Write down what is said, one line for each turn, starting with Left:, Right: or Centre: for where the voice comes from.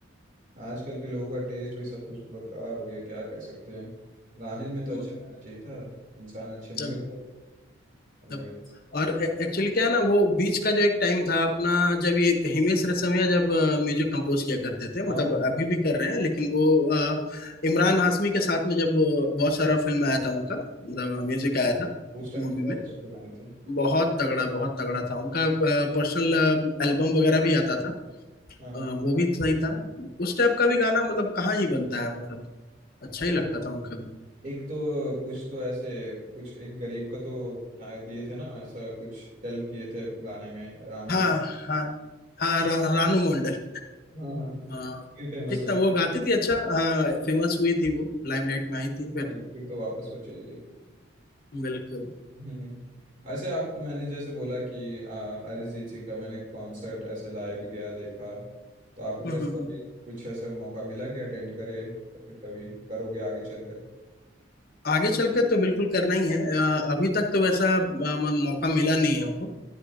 Right: आजकल के लोगों का टेस्ट भी सब कुछ बेकार हो गया क्या कह सकते हैं गाने में तो
Left: हम्म,
Right: अच्छा रहना चाहिए था इंसान अच्छे नहीं
Left: सब
Right: होते एनीवेज
Left: तब और एक्चुअली क्या है ना वो बीच का जो एक टाइम था अपना जब ये हिमेश रेशमिया जब म्यूजिक कंपोज किया करते थे
Right: हाँ
Left: मतलब
Right: हाँ
Left: अभी भी कर रहे हैं लेकिन वो अ, इमरान हाशमी के साथ में जब वो बहुत सारा फिल्म आया था उनका मतलब
Right: हाँ।
Left: म्यूजिक आया था
Right: उस टाइम
Left: मूवी
Right: तो बहुत
Left: में
Right: अच्छे से गाने थे
Left: बहुत तगड़ा बहुत तगड़ा था उनका पर्सनल एल्बम वगैरह भी आता था
Right: हाँ हाँ,
Left: अ, वो भी सही था उस टाइप का भी गाना मतलब कहाँ ही बनता है मतलब अच्छा
Right: और
Left: ही लगता
Right: वो
Left: था उनका भी
Right: एक तो कुछ तो ऐसे कुछ एक गरीब का तो टा- दिए थे ना ऐसा कुछ हेल्प किए थे गाने में रानू
Left: हाँ
Right: मंडल
Left: हाँ हाँ रा, रानू मंडल
Right: हाँ हाँ हाँ।
Left: हाँ,
Right: फिर फेमस
Left: ठीक
Right: हुई
Left: था
Right: थी
Left: वो गाती थी अच्छा हाँ फेमस हुई थी वो लाइमलाइट में आई थी फिर
Right: और फिर तो वापस वो चली गई
Left: बिल्कुल
Right: हम्म ऐसे आप मैंने जैसे बोला कि आ, अरिजीत सिंह का मैंने कॉन्सर्ट ऐसे लाइव गया देखा तो आपको
Left: हम्म,
Right: कैसे
Left: हम्म, हम्म।
Right: कभी कुछ ऐसे मौका मिला कि अटेंड करे या फिर कभी करोगे आगे चलकर
Left: आगे चल के तो बिल्कुल करना ही है अ, अभी तक तो वैसा अ, म- मौका मिला नहीं है हमको